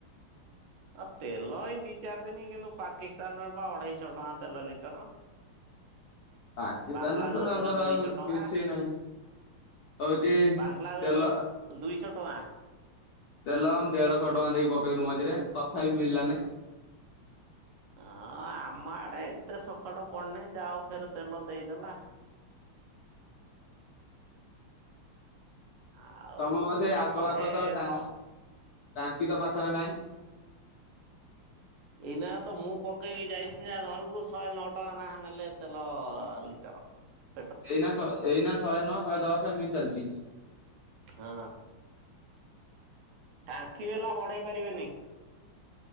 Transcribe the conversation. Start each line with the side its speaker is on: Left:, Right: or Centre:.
Right: ଆ ତେଲ ଏଇ ଦି ଚାରି ଦିନ କିନ୍ତୁ ପାକିସ୍ତାନର ବା ଅଢେଇଶହ ଟଙ୍କା ତେଲ ଲିଟର।
Left: ପାକିସ୍ତାନ
Right: ବାଂଲାଦେଶରେ
Left: ତ ତାଙ୍କର
Right: ଦୁଇଶହ
Left: ଆଉ
Right: ଟଙ୍କା।
Left: କିଛି ନାହିଁ ହଉଛି
Right: ବାଂଲାଦେଶର
Left: ତେଲ
Right: ଦୁଇଶହ ଟଙ୍କା।
Left: ତେଲ ଦେଢ଼ଶହ ଟଙ୍କା ଦେଇକି ପକେଇନୁ ମଝିରେ ତଥାପି ମିଳିଲା ନାଇଁ।
Right: ହଁ ଆମ ଆଡେ ଏତେ ସକାଟ ପଡନି ଯାହାହଉ ଫେର ତେଲ ଦେଇଦେଲା। ଆଉ
Left: ତମ ମତେ ଆଖପାଖ
Right: ଶହେ
Left: ତ ଟାଙ୍କି
Right: ନଅ
Left: ତ ପାଖରେ ନାହିଁ।
Right: ଏଇନା ତ ମୁଁ ପକେଇକି ଯାଇଥିଲି ନା ଘରକୁ ଶହେ ନଅ ଟଙ୍କା ନାହା ନେଲେ ତେଲ ଲିଟର। ହ
Left: ଏଇନା ଶ ଏଇନା ଶହେ ନଅ ଶହେ ଦଶ ଏମିତି ଚାଲିଛି।
Right: ହଁ। ଟାଙ୍କିବାଲା ବଢେଇ ପାରିବେନି?